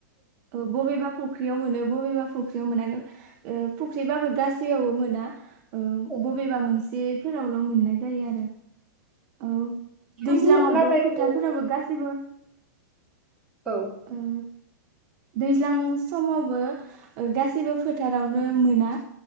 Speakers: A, on the right (about 30°); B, in the centre.
A: औ बबेबा फुख्रियाव मोनो बबेबा फुख्रियाव मोना फुख्रिबाबो गासैयावबो मोना ओ
B: औ
A: बबेबा मोनसे फोरावल' मोननाय जायो आरो औ
B: साम'
A: दैज्लाङावबो
B: लादायखौ
A: फोथारफोरावबो गासैबो
B: औ
A: <inaudible> दैज्लां समावबो गासैबो फोथारावनो मोना